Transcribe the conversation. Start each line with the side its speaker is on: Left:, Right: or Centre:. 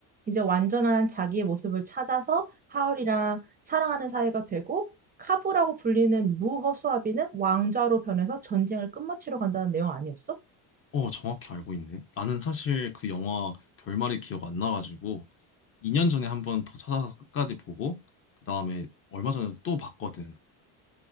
Right: 이제 완전한 자기의 모습을 찾아서 하울이랑 사랑하는 사이가 되고, 카부라고 불리는 무허수아비는 왕자로 변해서 전쟁을 끝마치러 간다는 내용 아니었어?
Left: 어, 정확히 알고 있네. 나는 사실 그 영화 결말이 기억 안 나가지고 2년 전에 한번 더 찾아서 끝까지 보고 그다음에 얼마 전에 또 봤거든.